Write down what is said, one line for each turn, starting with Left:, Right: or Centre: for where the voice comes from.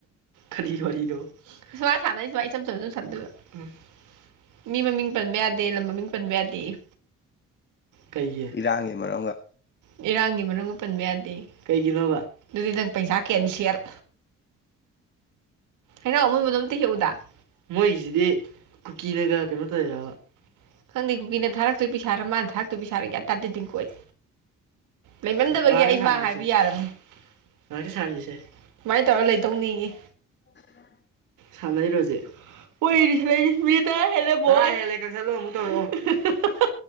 Right: ꯈꯔꯤ ꯈꯣꯔꯤꯗꯣ ꯁꯨꯃꯥꯏꯅ ꯁꯥꯟꯅꯔꯤ ꯁꯨꯃꯥꯏ ꯏꯆꯝ ꯆꯝ ꯑꯗꯨꯝ ꯁꯥꯟꯗꯣꯏꯕ ꯎꯝ ꯃꯤ ꯃꯃꯤꯡ ꯄꯟꯕ ꯌꯥꯗꯦ ꯂꯝ ꯃꯃꯤꯡ ꯄꯟꯕ ꯌꯥꯗꯦ ꯀꯩꯒꯤ
Left: ꯏꯔꯥꯡꯒꯤ ꯃꯔꯝꯒ
Right: ꯏꯔꯥꯡꯒꯤ ꯃꯔꯝ ꯄꯟꯕ ꯌꯥꯗꯦ ꯀꯩꯒꯤꯅꯣꯕ ꯑꯗꯨꯗꯤ ꯅꯪ ꯄꯩꯁꯥ ꯀꯦꯟ ꯁꯦꯜ ꯍꯩꯅ ꯑꯃꯨꯟꯕ ꯑꯗꯨꯝ ꯑ ꯌꯎꯗ ꯃꯣꯏꯒꯤꯁꯤꯗꯤ ꯀꯨꯀꯤꯅꯒ ꯀꯩꯅꯣ ꯇꯧꯔꯦ ꯍꯥꯏꯕ ꯈꯪꯗꯦ ꯀꯨꯀꯤꯅ ꯊꯥꯔꯛꯇꯣ ꯄꯩꯏ ꯁꯥꯔ ꯃꯥꯅ ꯊꯥꯛꯇꯣꯏ ꯄꯩ ꯁꯥꯔꯒꯌꯥ ꯇꯥꯔꯛꯇꯣꯏ ꯗꯤꯀꯣ ꯑꯩ ꯂꯩꯃꯝꯗꯕꯒꯤ ꯑꯩꯃ ꯍꯥꯏꯕ ꯌꯥꯔꯅꯤ ꯁꯥꯔꯤꯁꯦ ꯁꯨꯃꯥꯏꯅ ꯇꯧꯔ ꯂꯩꯗꯧꯅꯤꯡꯉꯤ
Left: ꯎꯝ
Right: ꯁꯥꯟꯅꯩꯔꯣꯁꯦ ꯀꯣꯏ ꯃꯤ ꯇꯔ ꯍꯦꯜꯂꯦ ꯕ ꯍꯦꯜꯂꯦ ꯀꯛꯁꯜꯂꯣ ꯑꯃꯨꯛ ꯇꯧꯔ ꯎ <unintelligible>